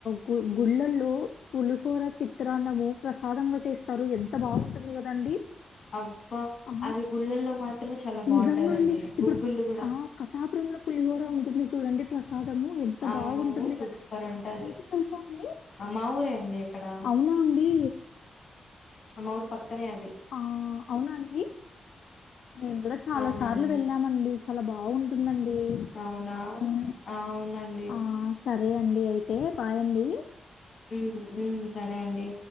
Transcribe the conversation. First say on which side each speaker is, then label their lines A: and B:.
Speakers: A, on the left; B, on the left.
A: గు గుళ్ళల్లో పులిహోర చిత్రాన్నము ప్రసాదమంగా చేస్తారు ఎంత బాగుంటుంది కదండి
B: అబ్బా
A: ఆ
B: అది గుళ్ళల్లో మాత్రమే చాలా
A: నిజంగా
B: బాగుంటదండి
A: అండి. ఇప్పుడు
B: గుగ్గుళ్లు కూడా
A: ఆ కసాపురంలో పులిహోర ఉంటుంది చూడండి ప్రసాదము ఎన్ ఎంత
B: అవును
A: బాగుంటుంది
B: సూపర్
A: కదా
B: ఉంటది
A: మీకు తెలుసా అండి
B: ఆ! మా ఊరే అండి ఇక్కడ
A: అవునా అండి
B: అ మావూరు పక్కనే అది
A: ఆ అవునా అండి మేము కూడా చాలా
B: అవునండి
A: సార్లు వెళ్ళామండి చాలా బాగుంటుందండి
B: అవునా
A: హ్మ్.
B: అవునండి
A: ఆ! సరే అండి అయితే బాయండి
B: మ్మ్ మ్మ్ సరే అండి